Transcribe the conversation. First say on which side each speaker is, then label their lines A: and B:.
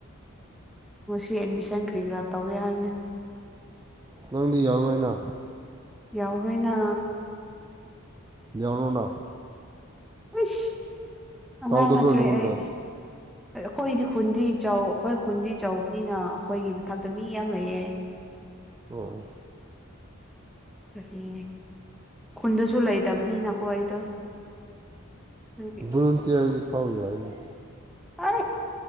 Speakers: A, in the centre; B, on the right.
A: ꯁꯤ ꯑꯦꯗꯃꯤꯁꯟ ꯀ꯭ꯔꯤ ꯀ꯭ꯔꯥ ꯇꯧꯒꯦ ꯍꯥꯏꯕꯅꯦ
B: ꯅꯪꯗꯤ ꯌꯥꯎꯔꯣꯏ ꯑꯣꯏꯅ
A: ꯌꯥꯎꯔꯣꯏꯅ
B: ꯌꯥꯎꯔꯣꯅ
A: ꯍꯣꯏꯁ ꯑꯉꯥꯡ
B: ꯇꯧꯗꯕ꯭ꯔꯣ
A: ꯅꯠꯇ꯭ꯔꯦ
B: ꯅꯉꯣꯟꯗ
A: ꯑꯩ ꯑꯩꯈꯣꯏꯗꯤ ꯈꯨꯟꯗꯤ ꯆꯥꯎ ꯑꯩꯈꯣꯏ ꯈꯨꯟꯗꯤ ꯆꯥꯎꯕꯅꯤꯅ ꯑꯩꯈꯣꯏꯒꯤ ꯃꯊꯛꯇ ꯃꯤ ꯌꯥꯝꯅꯑꯦ
B: ꯑꯣ
A: ꯀꯔꯤ ꯈꯨꯟꯗꯁꯨ ꯂꯩꯇꯕꯅꯤꯅꯀꯣ ꯑꯩꯗꯣ ꯑꯗꯨꯒꯤ
B: ꯔꯟꯇꯤꯌꯥꯔꯒꯤ ꯐꯥꯎ ꯌꯥ ꯍꯥꯏꯅꯤ
A: ꯑ